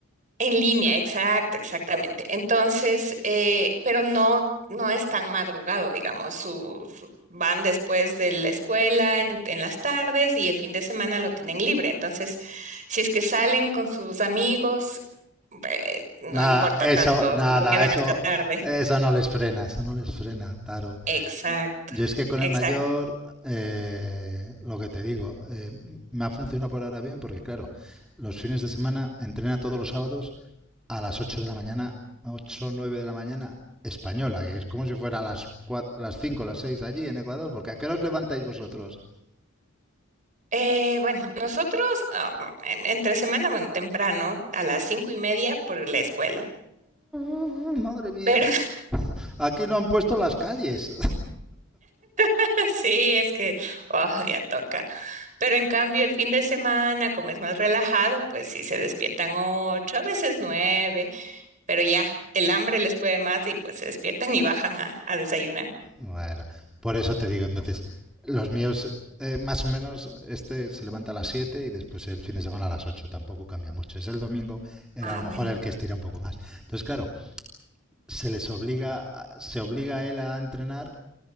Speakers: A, on the right; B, in the centre.
A: En línea, exacto, exactamente. Entonces, eh, pero no, no es tan madrugado, digamos, su, su- van después de la escuela en, en las tardes y el fin de semana lo tienen libre. Entonces, si es que salen con sus amigos, eh, no
B: Nada,
A: importa
B: eso,
A: tanto
B: nada,
A: si se quedan
B: eso,
A: hasta tarde.
B: eso no les frena, eso no les frena, Taro.
A: Exacto,
B: Yo es que con
A: exacto.
B: el mayor, eh, lo que te digo, eh, me ha funcionado por ahora bien porque, claro, los fines de semana entrena todos los sábados a las 8 de la mañana, 8 9 de la mañana española, que es como si fuera a las, 4, las 5 las 6 allí en Ecuador, porque ¿a qué os levantáis vosotros?
A: Eh, bueno, nosotros ah, en- entre semana, bueno, temprano, a las cinco y media por la escuela.
B: Mm, madre mía,
A: Pero
B: aquí no han puesto las calles.
A: <laughs> sí, es que, oh, ya toca. Pero en cambio, el fin de semana, como es más relajado, pues sí se despiertan ocho, a veces nueve, pero ya el hambre les puede más y pues se despiertan y bajan a, a desayunar.
B: Bueno, por eso te digo, entonces, los míos, eh, más o menos, este se levanta a las 7 y después el fin de semana a las 8 tampoco cambia mucho. Es el domingo, el,
A: Ah,
B: a lo mejor
A: bueno,
B: el que estira un poco más. Entonces, claro, se les obliga, a- se obliga a él a entrenar